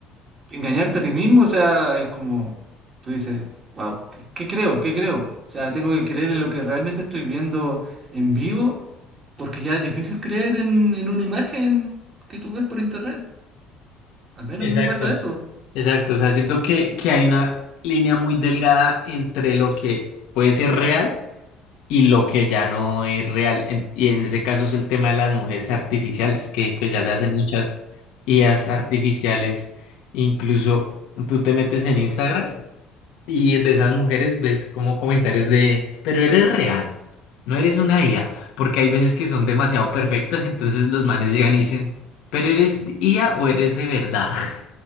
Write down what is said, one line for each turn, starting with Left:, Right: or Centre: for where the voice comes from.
Right: engañarte a ti mismo. O sea, es como, tú dices, wow, ¿qué, qué creo? ¿Qué creo? O sea, tengo que creer en lo que realmente estoy viendo en vivo, porque ya es difícil creer en, en una imagen que tú ves por internet. Al menos
Left: Exacto.
Right: a mí me pasa eso.
Left: Exacto, o sea, siento que, que hay una línea muy delgada entre lo que puede ser real y lo que ya no es real. En- y en ese caso es el tema de las mujeres artificiales, que pues ya se hacen muchas IAs artificiales. Incluso tú te metes en Instagram. Y de esas mujeres ves como comentarios de, pero eres real, no eres una IA, porque hay veces que son demasiado perfectas, entonces los manes llegan y dicen, pero eres IA o eres de verdad. <laughs>